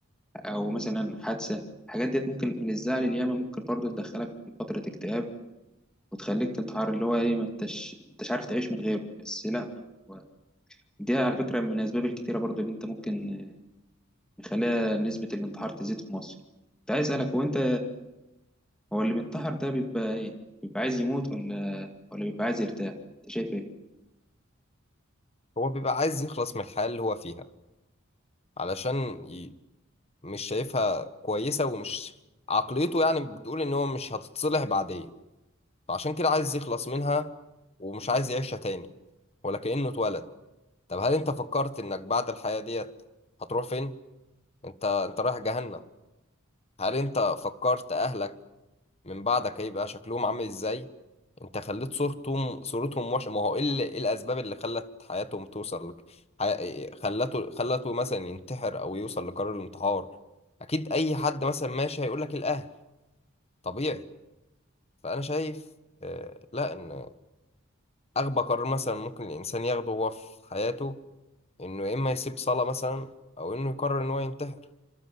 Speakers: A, in the centre; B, on the left.
A: أو مثلا حادثة الحاجات ديت ممكن من الزعل الياما ممكن برضو تدخلك في فترة اكتئاب وتخليك تنتحر اللي هو إيه ما أنتش أنتش عارف تعيش من غيره بس لأ هو دي على فكرة من الأسباب الكتيرة برضو اللي أنت ممكن آه، مخليها نسبة الانتحار تزيد في مصر. كنت عايز أسألك هو أنت هو اللي بينتحر ده بيبقى ايه بيبقى عايز يموت ولا ولا بيبقى عايز يرتاح انت شايف ايه
B: هو بيبقى عايز يخلص من الحياة اللي هو فيها علشان ي... مش شايفها كويسة ومش عقليته يعني بتقول ان هو مش هتتصلح بعدين فعشان كده عايز يخلص منها ومش عايز يعيشها تاني ولا كأنه اتولد طب هل انت فكرت انك بعد الحياة ديت هتروح فين؟ انت انت رايح جهنم هل انت فكرت اهلك من بعدك هيبقى شكلهم عامل ازاي انت خليت صورتهم صورتهم وحشه ما هو ايه ال- إيه الاسباب اللي خلت حياتهم توصل لك حي... خلته خلته مثلا ينتحر او يوصل لقرار الانتحار اكيد اي حد مثلا ماشي هيقول لك الاهل طبيعي فانا شايف آه لا ان اغبى قرار مثلا ممكن الانسان ياخده هو في حياته انه يا اما يسيب صلاه مثلا او انه يقرر ان هو ينتحر